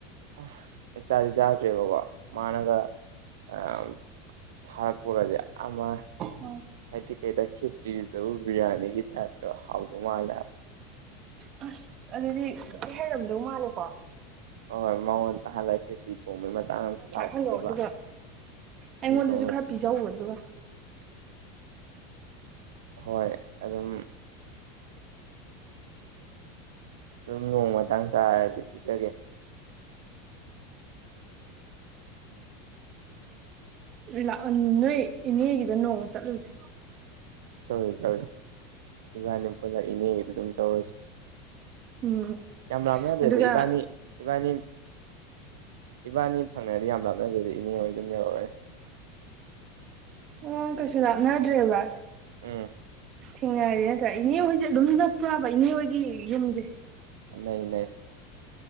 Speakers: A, on the right; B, on the right.
A: ꯑꯁ ꯑꯩ ꯆꯥꯗꯤ ꯆꯥꯗ꯭ꯔꯦꯕꯀꯣ ꯃꯥꯅꯒ ꯑꯝ ꯊꯔꯛꯄꯒꯖꯦ ꯑꯃ
B: ꯎꯝ
A: ꯍꯥꯏꯗꯤ ꯀꯩꯗ ꯈꯦꯆ꯭ꯔꯤꯗꯨꯗꯕꯨ ꯕꯤ꯭ꯔꯌꯥꯅꯤꯒꯤ ꯇꯥꯏꯞꯇꯣ ꯍꯥꯎꯗꯧ ꯃꯥꯜꯂꯦꯕ
B: ꯑꯁ ꯑꯗꯨꯗꯤ ꯊꯤ ꯍꯩꯔꯝꯗꯧ ꯃꯥꯜꯂꯦꯀꯣ
A: ꯍꯣꯏ ꯍꯣꯏ ꯃꯉꯣꯟ ꯇꯥꯍꯜꯂꯛꯀꯦ ꯈ‌ꯦꯆ꯭ꯔꯤꯊꯣꯡꯕꯒꯤ ꯃꯇꯥꯡ
B: ꯄꯥꯏꯍꯜꯂꯣ
A: ꯂꯥꯛꯈꯤꯅꯦꯕ
B: ꯑꯗꯨꯒ ꯑꯩꯉꯣꯟꯗꯁꯨ
A: ꯈꯦꯆ꯭ꯔꯤ ꯊꯣꯡꯕ
B: ꯈꯔ ꯄꯤꯖꯎ ꯑꯗꯨꯒ
A: ꯍꯣꯏ ꯑꯗꯨꯝ ꯑꯗꯨꯝ ꯅꯣꯡꯃꯥꯡ ꯆꯥꯔꯗꯤ ꯄꯤꯖꯒꯦ
B: ꯅꫭꯏꯂ‌ꯎ ꯅꯣꯏ ꯏꯅꯦꯒꯤꯗ ꯅꯣꯡꯃ ꯆꯠꯂꯨꯁꯦ
A: ꯆꯠꯂꯨꯁ‌ꯦ ꯆꯠꯂꯨꯁ‌ꯦ ꯏꯕꯥꯅꯤ ꯄꯨꯟꯅ ꯏꯅꯦꯒꯤꯗꯨ ꯑꯗꯨꯝ ꯆꯧꯔꯁꯤ
B: ꯎꯝ
A: ꯌꯥꯝ ꯔꯥꯝꯅꯗ꯭ꯔꯦꯗ
B: ꯑꯗꯨꯒ
A: ꯏꯕꯥꯅꯤ ꯏꯕꯥꯅꯤ ꯏꯕꯥꯅꯤ ꯐꯪꯅꯗꯤ ꯌꯥꯝ ꯂꯥꯞꯅꯗ‌ꯦꯗ ꯏꯅꯦ ꯍꯣꯏ ꯑꯗꯨꯝ ꯌꯧꯔꯅꯤ
B: ꯑꯣ ꯀꯁꯨ ꯂꯥꯛꯅꯗ꯭ꯔꯦꯕ
A: ꯎꯝ
B: ꯊꯦꯡꯅꯔꯗꯤ ꯅꯠꯇ꯭ꯔꯥ ꯏꯅꯦ ꯍꯣꯏꯁꯦ ꯑꯗꯨꯝ ꯅꯛꯄ꯭ꯔꯥꯕ ꯏꯅꯦ ꯍꯣꯏꯒꯤ ꯌꯨꯝꯁꯦ
A: ꯅꯩ-ꯅꯩ